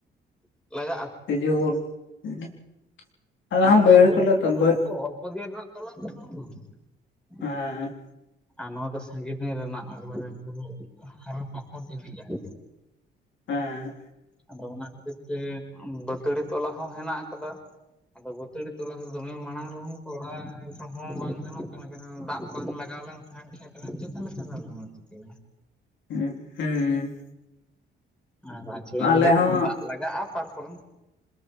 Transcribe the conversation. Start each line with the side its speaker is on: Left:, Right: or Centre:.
Centre: ᱞᱟᱜᱟᱜᱼᱟ᱾
Left: ᱛᱤᱡᱩ <unintelligible> ᱟᱞᱮ
Centre: ᱢᱟᱱᱮ
Left: ᱦᱚ
Centre: ᱚᱱᱟ
Left: ᱵᱟᱹᱭᱦᱟᱹᱲ
Centre: ᱫᱚ ᱦᱟᱹᱞᱤ
Left: ᱠᱚᱞᱮ
Centre: ᱨᱮᱱᱟᱜ
Left: <unintelligible>
Centre: <unintelligible> <unintelligible> <unintelligible>
Left: ᱦᱟᱸ᱾
Centre: ᱟᱨ ᱱᱚᱣᱟ ᱫᱚ ᱥᱟᱸᱜᱮ ᱫᱤᱱ ᱨᱮᱱᱟᱜ ᱮᱠᱵᱟᱨᱮ ᱯᱩᱨᱟᱹ ᱦᱟᱨᱟ ᱯᱟᱠᱚᱴ ᱤᱫᱤᱜᱼᱟ ᱾
Left: ᱦᱮᱸ ᱾
Centre: ᱟᱫᱚ ᱚᱱᱟ ᱠᱷᱟᱹᱛᱤᱨ ᱛᱮ ᱵᱟᱹᱛᱟᱹᱲᱤ ᱛᱚᱞᱟ ᱦᱚᱸ ᱦᱮᱱᱟᱜ ᱟᱠᱟᱫᱟ᱾ ᱟᱫᱚ ᱵᱟᱹᱛᱟᱹᱲᱤ ᱛᱚᱞᱟ ᱦᱚᱸ ᱫᱚᱢᱮ ᱢᱟᱲᱟᱝ ᱨᱮᱦᱚᱸ ᱠᱚᱦᱟᱣ ᱨᱮᱦᱚᱸ ᱵᱟᱝ ᱜᱟᱱᱚᱜ ᱠᱟᱱᱟ, ᱠᱟᱨᱚᱱ ᱫᱟᱜ ᱵᱟᱝ ᱞᱟᱜᱟᱣ ᱞᱮᱱ <unintelligible> ᱠᱷᱮᱛ ᱨᱮᱢ ᱡᱷᱮᱛᱮ ᱞᱮ ᱪᱟᱞᱟᱣ ᱞᱮᱱᱠᱷᱟᱱ ᱦᱚᱸ ᱪᱤᱠᱟᱹᱭᱟ?
Left: ᱦᱩᱸ ᱦᱩᱸ᱾
Centre: ᱟᱨ ᱟᱪᱷᱲᱟ
Left: ᱟᱞᱮ
Centre: ᱫᱚ ᱦᱩᱭᱩᱜ
Left: ᱦᱚᱸ
Centre: ᱠᱟᱱᱟ ᱫᱟᱜ ᱞᱟᱜᱟᱜᱼᱟ ᱛᱟᱨᱯᱚᱨᱮᱢ